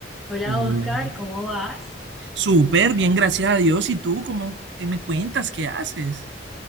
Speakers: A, in the centre; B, on the right (about 75°).
A: Hola
B: Hola.
A: Oscar, ¿cómo vas?
B: Súper, bien, gracias a Dios. ¿Y tú cómo, qué me cuentas? ¿Qué haces?